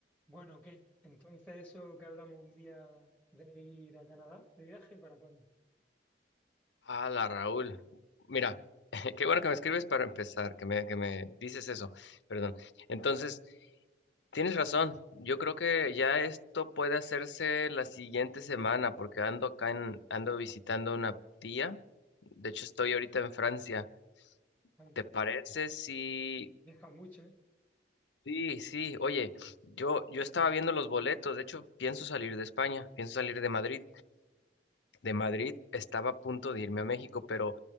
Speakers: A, in the centre; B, on the left.
A: Bueno, ¿qué? Entonces, eso que hablamos un día de ir a Canadá de viaje, ¿para cuándo?
B: Hola Raúl, mira, <laughs> qué bueno que me escribes para empezar, que me, que me dices eso, perdón. Entonces, tienes razón, yo creo que ya esto puede hacerse la siguiente semana porque ando acá en, ando visitando una tía, de hecho estoy ahorita en Francia.
A: Anda,
B: ¿Te parece si...
A: viajas mucho, ¿eh?
B: Sí, sí, oye, yo, yo estaba viendo los boletos, de hecho pienso salir de España, pienso salir de Madrid. de Madrid estaba a punto de irme a México, pero